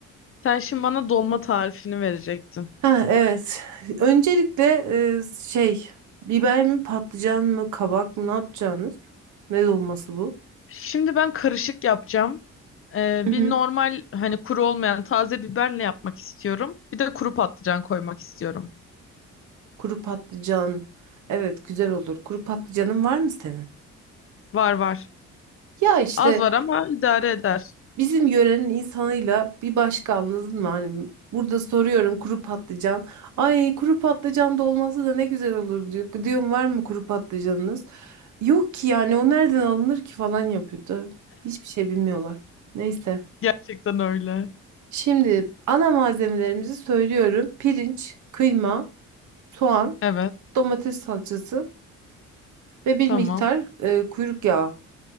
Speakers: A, on the left (about 45°); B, on the right (about 75°).
A: Sen şimdi bana dolma tarifini verecektin.
B: Ha evet. Öncelikle e, şey biber mi patlıcan mı kabak mı ne yapacağınız? Ne dolması bu?
A: Şimdi ben karışık yapacağım. Ee,
B: Hı hı.
A: bir normal hani kuru olmayan taze biberle yapmak istiyorum. Bir de kuru patlıcan koymak istiyorum.
B: Kuru patlıcan. Evet güzel olur. Kuru patlıcanın var mı senin?
A: Var var.
B: Ya işte
A: Az var ama idare eder.
B: Bizim yörenin insanıyla bir başka anladın mı? Hani burada soruyorum kuru patlıcan. Ay kuru patlıcan dolması da ne güzel olur diyor. Diyorum var mı kuru patlıcanınız? Yok ki yani o nereden alınır ki falan yapıyordu. Hiçbir şey bilmiyorlar. Neyse.
A: Gerçekten öyle.
B: Şimdi ana malzemelerimizi söylüyorum. Pirinç, kıyma, soğan,
A: Evet.
B: domates salçası ve bir
A: Tamam.
B: miktar e, kuyruk yağı.